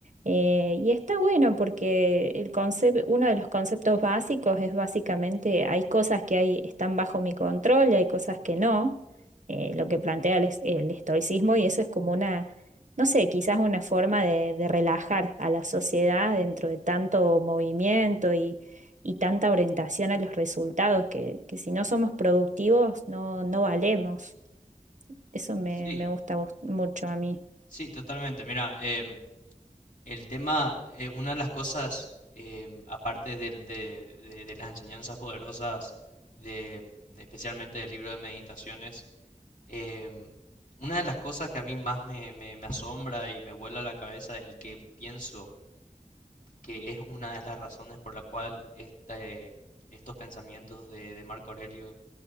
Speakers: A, on the right; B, on the left.
A: Eh, y está bueno porque el concep- uno de los conceptos básicos es básicamente hay cosas que hay, están bajo mi control y hay cosas que no, eh, lo que plantea el, es- el estoicismo y eso es como una, no sé, quizás una forma de, de relajar a la sociedad dentro de tanto movimiento y tanta orientación a los resultados que, que si no somos productivos no, no valemos. Eso me,
B: Sí,
A: me gusta bus- mucho a mí.
B: sí, totalmente. Mira, em, el tema, eh, una de las cosas, em, aparte del- de, de- de las enseñanzas poderosas, de, de especialmente del libro de meditaciones, em, una de las cosas que a mí más me, me- me asombra y me vuela la cabeza y que pienso que es una de las razones por la cual este, estos pensamientos de de Marco Aurelio